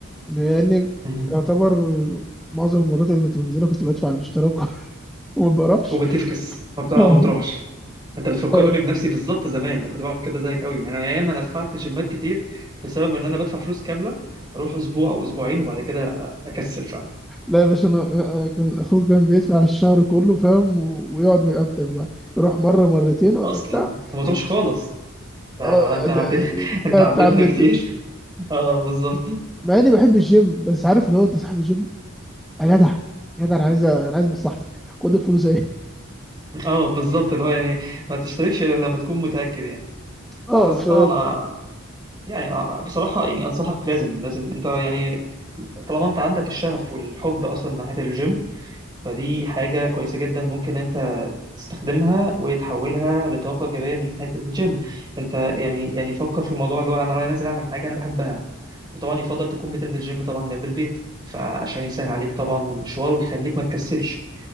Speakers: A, in the centre; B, on the right (about 20°).
A: لان
B: مهم.
A: يعتبر معظم المرات اللي كنت بنزلها كنت بدفع الاشتراك <laughs> وما بروحش
B: وبتفكس ما بتقع
A: أه.
B: ما بتروحش انت بتفكرني
A: أه.
B: بنفسي بالظبط زمان انا كنت بعمل كده زيك قوي يعني انا ايام انا دفعت جيمات كتير بسبب ان انا بدفع فلوس كامله اروح اسبوع او اسبوعين وبعد كده اكسل فعلا
A: لا يا باشا انا أنا كان اخوك كان بيدفع الشهر كله فاهم و- ويقعد ويأنتخ بقى يروح مره مرتين ولا
B: اصلا
A: بتاع
B: وما تروحش خالص لا
A: اه
B: لا لا انت عديت
A: ده
B: <laughs> انت
A: ده
B: عديتني
A: اتعدد
B: كتير <laughs> اه بالظبط
A: مع اني بحب الجيم بس عارف اللي هو انت صاحب الجيم يا جدع يا
B: مم.
A: جدع انا عايز انا عايز مصلحتك خد الفلوس اهي <laughs>
B: اه بالظبط اللي هو يعني ما تشتركش الا لما تكون متاكد يعني
A: اه
B: لا بس
A: ف
B: طبعا يعني آه، آه، بصراحة يعني أنصحك لازم لازم أنت يعني طالما أنت عندك الشغف والحب أصلا ناحية الجيم فدي حاجة كويسة جدا ممكن أنت تستخدمها وتحولها لطاقة إيجابية من ناحية الجيم أنت يعني يعني فكر في الموضوع اللي هو أنا رايح نازل أعمل حاجة أنا بحبها وطبعا يفضل تكون بتنزل جيم طبعا جنب البيت فعشان يسهل عليك طبعا المشوار ويخليك ما تكسلش